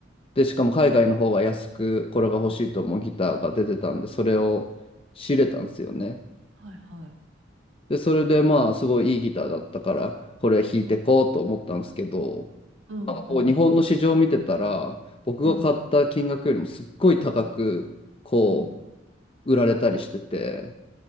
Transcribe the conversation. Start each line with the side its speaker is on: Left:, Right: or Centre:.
Left: で、しかも海外の方が安く、
Right: うん。
Left: これが欲しいと思うギターが出てたんで、
Right: うん。
Left: それを仕入れたんですよね。
Right: はいはい。
Left: で、それでまあ、すごいいいギターだったから、これ弾いてこうと思ったんですけど、
Right: うん。うん。
Left: なんかこう日本の市場を見てたら僕が買った金額よりもすっごい高くこ
Right: うん。うん。うん。
Left: う売られたりしてて